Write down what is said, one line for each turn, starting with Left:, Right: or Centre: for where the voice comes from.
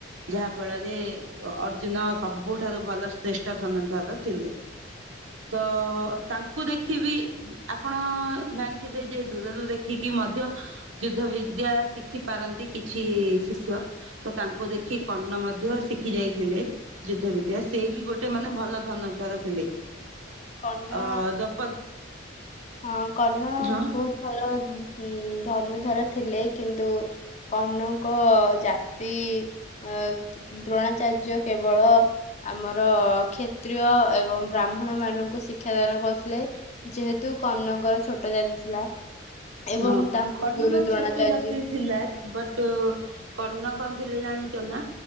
Right: ଯାହା ଫଳରେ ଅର୍ଜୁନ ସବୁଠାରୁ ଭଲ ଶ୍ରେଷ୍ଠ ଧନୁର୍ଦ୍ଧର ଥିଲେ। ତ ତାଙ୍କ କୁ ଦେଖିବି ଆପଣ ଜାଣିଥିବେ ଯେ ଦୂରରୁ ଦେଖିକି ମଧ୍ୟ ଯୁଦ୍ଧ ବିଦ୍ୟା ଶିଖି ପାରନ୍ତି କିଛି ଶିଷ୍ୟ ତ ତାଙ୍କୁ ଦେଖି କର୍ଣ୍ଣ ମଧ୍ୟ ଶିଖି ଯାଇଥିଲେ। ଯୁଦ୍ଧ ବିଦ୍ୟା ସେ ବି ଗୋଟେ ମାନେ ଭଲ ଧନୁର୍ଦ୍ଧର ଥିଲେ।
Left: କର୍ଣ୍ଣ
Right: ଅ ଦ୍ରୌପ
Left: ହଁ କର୍ଣ୍ଣ
Right: ହଁ।
Left: ବୋହୁତ୍ ଭଲ ଉଁ ଧନୁର୍ଦ୍ଧର ଥିଲେ କିନ୍ତୁ କର୍ଣ୍ଣଙ୍କ ଜାତି ଅ ଦ୍ରୋଣାଚାର୍ଯ୍ୟ କେବଳ ଆମର କ୍ଷତ୍ରିୟ ଏବଂ ବ୍ରାହ୍ମଣ ମାନ ଙ୍କୁ ଶିକ୍ଷାଦାନ କରୁଥିଲେ। ଯେହେତୁ କର୍ଣ୍ଣଙ୍କର ଛୋଟ ଜାତି ଥିଲା। ଏବଂ
Right: ହଁ
Left: ତାଙ୍କୁ
Right: କର୍ଣ୍ଣଙ୍କର
Left: ଗୁରୁ ଦ୍ରୋଣାଚାର୍ଯ୍ୟ
Right: ଛୋଟ ଜାତି ଥିଲା ବଟ୍ କର୍ଣ୍ଣ କଣ ଥିଲେ ଜାଣିଚ ନା?